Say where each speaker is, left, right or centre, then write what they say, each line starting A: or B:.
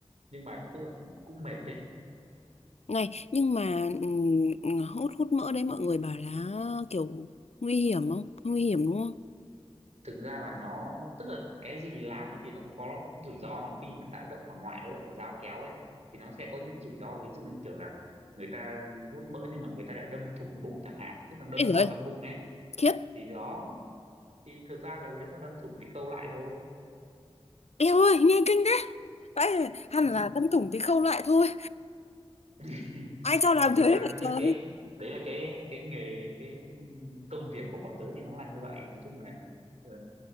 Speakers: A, on the right (about 85°); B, on the left (about 80°).
A: nhưng mà tức là cũng mệt đấy
B: này nhưng mà ừm, hút hút mỡ đấy mọi người bảo là kiểu nguy hiểm không nguy hiểm đúng không
A: thực ra là nó tức là cái gì làm ấy thì nó cũng có rủi ro mà khi mà đã động vào ngoại đã động vào dao kéo ấy thì nó sẽ có những rủi ro ví dụ như kiểu là người ta hút mỡ nhưng mà người ta lại đâm thủng bụng chẳng hạn tức là đâm
B: ê giời
A: vào
B: ơi,
A: trong bụng ấy
B: khiếp
A: thì đó thì thực ra là nếu mà đâm thủng thì khâu lại thôi
B: Eo ơi, nghe kinh thế. Đấy, hẳn
A: ừ.
B: là đâm thủng thì khâu lại thôi.
A: <laughs>
B: Ai cho làm
A: thì thật
B: thế
A: ra
B: vậy
A: đấy
B: trời?
A: là cái đấy là cái cái nghề cái công việc của bọn tớ thì nó là như vậy nói chung là ờ,